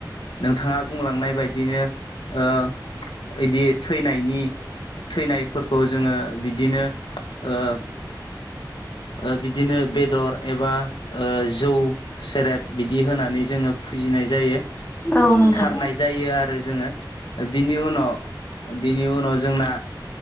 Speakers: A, on the left; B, on the left.
A: नोंथाङा बुंलांनाय बायदिनो ओ इदि थैनायनि थैनायफोरखौ जोङो बिदिनो ओ ओ बिदिनो बेदर एबा ओ जौ सेरेब बिदि होनानै जोङो फुजिनाय जायो।
B: औ औ नोंथां
A: थारनाय जायो आरो जोङो बिनि उनाव बिनि उनाव जोंना